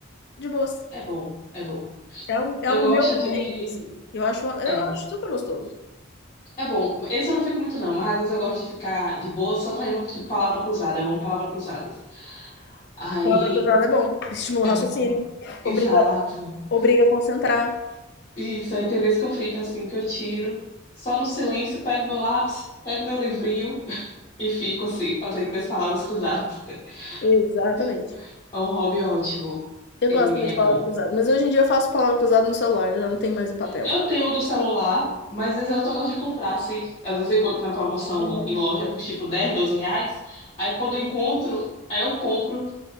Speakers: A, on the left; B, on the left.
A: de boas.
B: É bom, é bom.
A: É o, é
B: Eu gosto
A: o meu momento,
B: de.
A: assim. Eu acho, eu
B: É,
A: acho super gostoso.
B: é bom. Esse eu não fico muito, não, mas às vezes eu gosto de ficar de boa só fazendo, tipo, palavra cruzada. Eu amo palavras cruzadas. Aí,
A: Palavra cruzada é bom. Estimula
B: eu.
A: o raciocínio.
B: Exato.
A: Obriga, obriga a concentrar.
B: Isso, aí tem vezes que eu fico assim, que eu tiro, só no silêncio, pego meu lápis, pego meu livrinho <laughs> e fico assim, fazendo minhas palavras cruzadas. <laughs>
A: Exatamente.
B: Sim. É um hobby ótimo.
A: Eu
B: Ele
A: gosto também
B: é
A: de
B: bom.
A: palavra cruzada, mas hoje em dia eu faço palavra cruzada no celular, já não tem mais em papel.
B: Eu tenho o do celular, mas às vezes eu só gosto de comprar, assim. Às vezes eu encontro na promoção
A: É
B: em loja por tipo 10 12 reais. Aí quando eu encontro, aí eu compro.